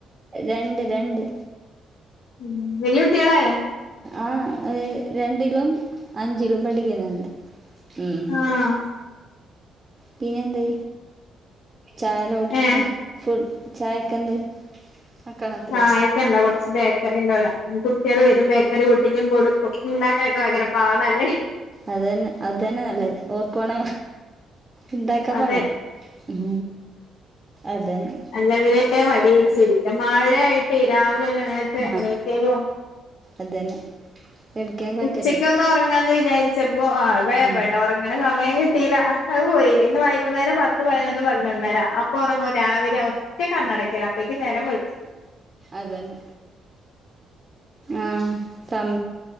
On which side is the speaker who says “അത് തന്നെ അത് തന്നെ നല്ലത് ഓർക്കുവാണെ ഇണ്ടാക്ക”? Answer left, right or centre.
Right